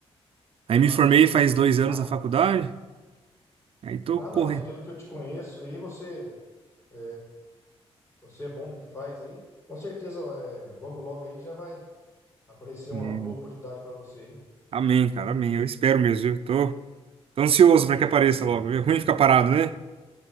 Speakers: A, on the right; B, on the left.
A: Aí
B: ah,
A: me formei
B: sim.
A: faz dois anos
B: Ah,
A: na faculdade, aí tô
B: ah,
A: correndo.
B: não, mas pelo que eu te conheço aí, você, é, você é bom no que faz aí. Com certeza, é, logo, logo aí já vai aparecer uma
A: Hum,
B: boa oportunidade para você aí.
A: amém, cara, amém. Eu espero mesmo, viu? Tô, tô ansioso para que apareça logo. É ruim ficar parado, né?